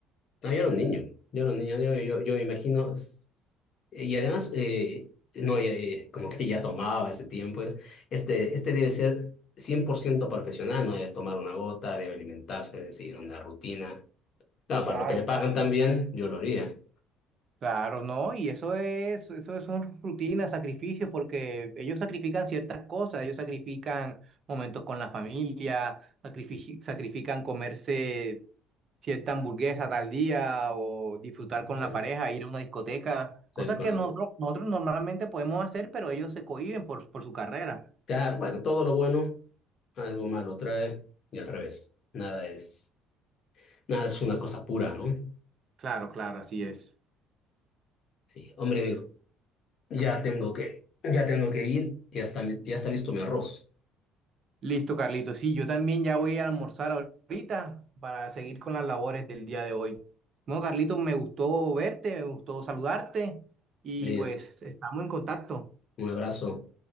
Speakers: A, on the left; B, on the right.
A: No, yo era un niño, yo era un niño, yo, yo, yo me imagino, s- s- y además, eh, no, ya, eh, como que ya tomaba ese tiempo, eh, este, este debe ser 100% profesional, no debe tomar una gota, debe alimentarse, debe seguir una rutina. Claro,
B: Claro,
A: para lo que le pagan también, yo lo haría,
B: Claro, no, y eso es, eso son rutinas, sacrificios, porque ellos sacrifican ciertas cosas, ellos sacrifican momentos con la familia, sacrifici- sacrifican comerse cierta hamburguesa tal día o disfrutar con
A: eh,
B: la pareja, ir a una discoteca,
A: salir
B: cosas
A: con
B: que
A: algo.
B: nosotros, nosotros normalmente podemos hacer, pero ellos se cohíben por, por su carrera.
A: Claro, bueno, todo lo bueno, algo malo trae, y al revés, nada es, nada es una cosa pura, ¿no?
B: Claro, claro, así es.
A: Sí, hombre, amigo, ya tengo que, ya tengo que ir, ya está, ya está listo mi arroz.
B: Listo, Carlito. Sí, yo también ya voy a almorzar ahorita para seguir con las labores del día de hoy. Bueno, Carlito, me gustó verte, me gustó saludarte y
A: Listo.
B: pues estamos en contacto.
A: Un abrazo.